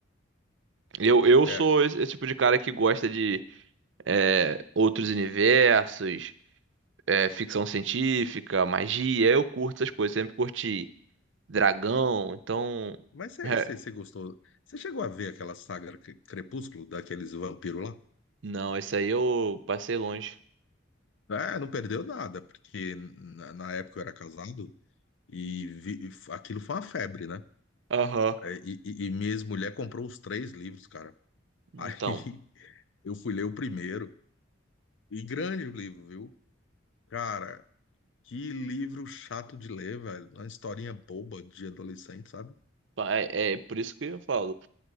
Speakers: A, on the right; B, on the left.
A: Eu, eu
B: É,
A: sou esse, esse tipo de cara que gosta de é, outros universos. é, ficção científica, magia, eu curto essas coisas, sempre curti dragão, então.
B: mas você
A: <laughs>
B: você- você gostou? Você chegou a ver aquela saga Cre- Crepúsculo, daqueles vampiros lá?
A: não, esse aí eu passei longe.
B: É, não perdeu nada, porque na, na época eu era casado e vi- e f- aquilo foi uma febre, né?
A: Aham.
B: É, E, e, e minha ex-mulher comprou os três livros, cara. <laughs>
A: Então,
B: Aí Eu fui ler o primeiro, e grande o livro, viu? Cara, que livro chato de ler, velho. Uma historinha boba de adolescente, sabe?
A: pa- é, é por isso que eu falo.